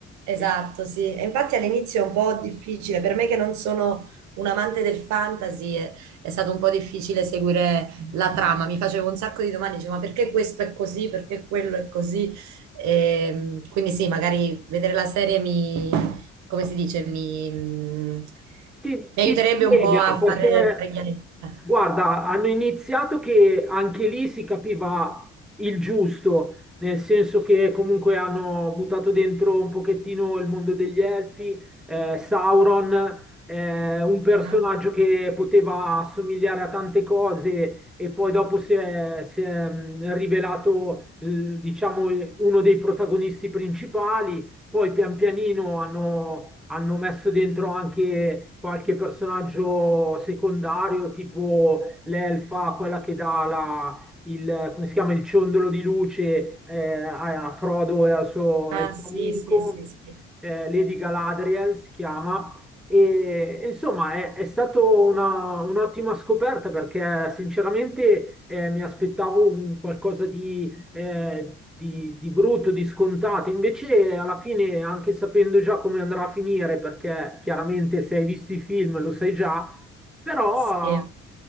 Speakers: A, on the right (about 65°); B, in the centre.
A: Esatto,
B: E
A: sì. E infatti all'inizio è un po' difficile, per me che non sono un amante del fantasy, è, è stato un po' difficile seguire la trama. Mi facevo un sacco di domande, dicevo, ma perché questo è così? Perché quello è così? Ehm, quindi sì, magari vedere la serie mi, come si dice, mi, mm,
B: Ti,
A: mi
B: ti
A: aiuterebbe
B: spiega
A: un po' a
B: perché,
A: fare, fare chiarezza.
B: guarda, hanno iniziato che anche lì si capiva il giusto, nel senso che comunque hanno buttato dentro un pochettino il mondo degli elfi, eh, Sauron, eh, un personaggio
A: Ah,
B: che poteva assomigliare a tante cose e poi dopo si è, si è, mh, rivelato, eh, diciamo, uno dei protagonisti principali, poi pian pianino hanno hanno messo dentro anche qualche personaggio secondario, tipo l'elfa, quella che dà la, il, come si chiama, il ciondolo di luce eh, a a Frodo e al suo,
A: ah,
B: e al suo
A: sì,
B: amico,
A: sì, sì, sì.
B: eh, Lady Galadriel si chiama. E insomma è, è stata un'ottima scoperta perché sinceramente eh, mi aspettavo un qualcosa di eh, di, di brutto, di scontato. Invece, alla fine, anche sapendo già come andrà a finire, perché chiaramente se hai visto i film lo sai già, però
A: Sì.